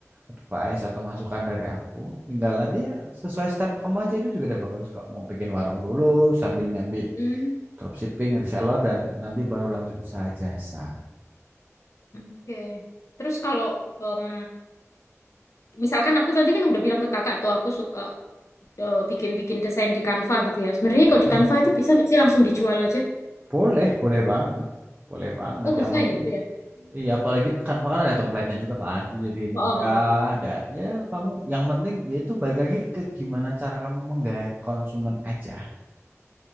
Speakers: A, on the right; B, on the left.
A: advice atau masukan dari aku tinggal nanti ya sesuai step kamu aja itu juga udah bagus kok mau bikin warung dulu sambil nyambi
B: Hmm,
A: dropshipping reseller dan nanti baru lanjut usaha jasa
B: oke. Terus kalau em, misalkan aku tadi kan udah bilang ke kakak tuh aku suka eh, bikin-bikin desain di Canva gitu ya. Sebenarnya kalau
A: Ah,
B: di Canva itu bisa nggak sih langsung dijual aja?
A: boleh boleh banget boleh banget
B: Oh bisa
A: yang penting
B: ya itu ya.
A: Iya, apalagi Canva kan ada template-nya juga kan, itu jadi
B: Oh,
A: mudah
B: oh, oh.
A: dan ya kamu yang penting yaitu balik lagi ke gimana cara kamu menggait konsumen aja.